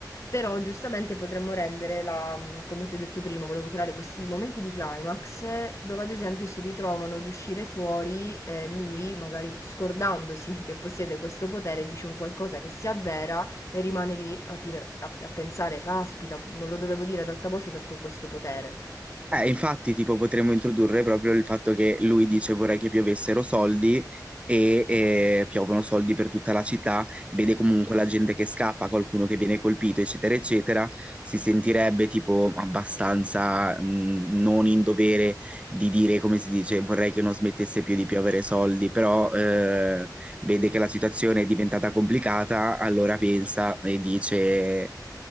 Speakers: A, on the left; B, on the right.
A: Però giustamente potremmo rendere la, mh, come ti ho detto prima, volevo creare questi momenti di climax eh, dove ad esempio si ritrovano ad uscire fuori, eh, lui magari scordandosi <laughs> che possiede questo potere, dice un qualcosa che si avvera e rimane lì a, dire, a, a pensare, caspita, non lo dovevo dire ad alta voce perché ho questo potere.
B: Eh, infatti, tipo, potremmo introdurre proprio il fatto che lui dice vorrei che piovessero soldi e eh, piovono soldi per tutta la città, vede comunque la gente che scappa, qualcuno che viene colpito, eccetera, eccetera, si sentirebbe tipo abbastanza mh, non in dovere di dire, come si dice, vorrei che non smettesse più di piovere soldi, però eh, vede che la situazione è diventata complicata, allora pensa e dice...